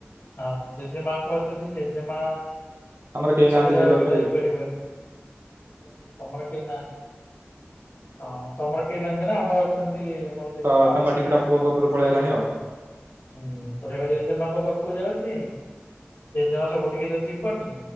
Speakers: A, on the left; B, on the right.
A: ହଁ ଜେଜେ ମାଙ୍କୁ ଆସୁଛି ଜେଜେ ମା
B: ଆମର କେହି
A: ସବୁ
B: ନାହାନ୍ତି
A: ଜାଗାକୁ
B: ଜେଜେବାପା
A: ଯାଇପାରିବନି
B: ଜେଜେ
A: ତମର କେହି ନାହାନ୍ତି ହଁ ତମର କେହି ନାହାନ୍ତି ନା ଆମର ଅଛନ୍ତି। ର ଜେଜେ
B: ତ
A: ମା
B: ଅଟୋମେଟିକ
A: ଅଛି ନା
B: ସେଟା ପୁଅଙ୍କ ଉପରକୁ ପଳେଇ ଆଇଲାଣି ଆଉ।
A: ହୁଁ ତ ସେଟା ଯେ ପାଖକୁ ଯାଉଛି ଜେଜେମା ସବୁ ଟିକେ ତ ଯିବନି